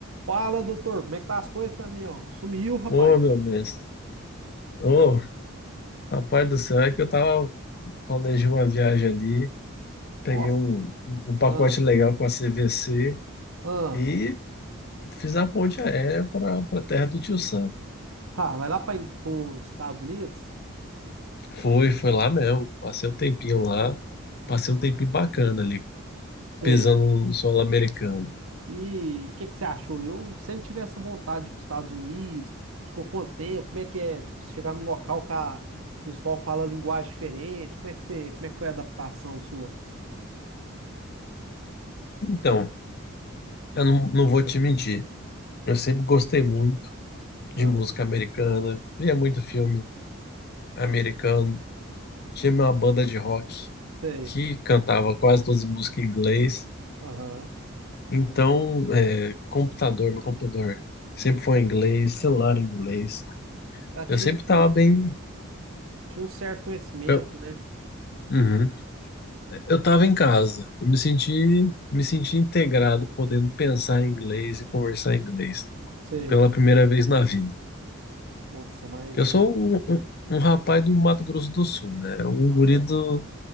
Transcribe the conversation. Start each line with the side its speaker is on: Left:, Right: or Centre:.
Right: Fala, doutor, como é que tá as coisas, Tamião? Sumiu, rapaz.
Left: Ô, meu mestre. Ô, rapaz do céu, é que eu tava planejei uma viagem ali, peguei
Right: Nossa.
Left: um, um um pacote
Right: Ah,
Left: legal com a CVC
Right: ah.
Left: e fiz a ponte aérea para para terra do Tio Sam.
Right: Ah, vai lá para os Estados Unidos?
Left: Foi, foi lá mesmo. Passei um tempinho lá, passei
Right: Ah,
Left: um tempinho bacana ali,
Right: Sei.
Left: pisando no solo americano.
Right: E o que que você achou? Eu sempre tive essa vontade de ir para os Estados Unidos. Ficou quanto tempo? Como é que é? Tipo, você chegar num local que a- o pessoal fala linguagem diferente. Como é que você, como é que foi a adaptação sua?
Left: Então, eu não, não vou te mentir, eu sempre gostei muito
Right: Ah,
Left: de música americana, via muito filme americano.
Right: ah,
Left: Tinha uma banda de rock
Right: sei.
Left: que cantava quase todas as músicas em inglês.
Right: Aham.
Left: Então, é, computador, meu computador sempre foi em inglês, celular em inglês.
Right: Já tinha,
Left: Eu sempre
Right: esse-
Left: tava bem.
Right: tinha um certo conhecimento,
Left: Eu,
Right: né?
Left: uhum. Eu tava em casa. Eu me senti, me senti integrado, podendo pensar em inglês e conversar em inglês
Right: Sei.
Left: pela primeira vez na vida.
Right: Nossa, mas.
Left: Eu sou um, um- um rapaz do Mato Grosso do Sul, né? Um
Right: Aham.
Left: guri do,